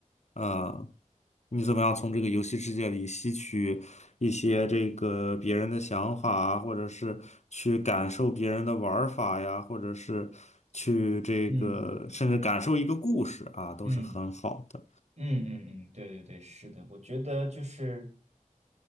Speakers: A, on the left; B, on the right.
A: 呃，你怎么样从这个游戏世界里吸取一些这个别人的想法啊，或者是去感受别人的玩儿法呀，或者是去这个甚至感受一个故事啊，
B: 嗯嗯
A: 都是很好的。
B: 嗯嗯嗯嗯，对对对，是的，我觉得就是，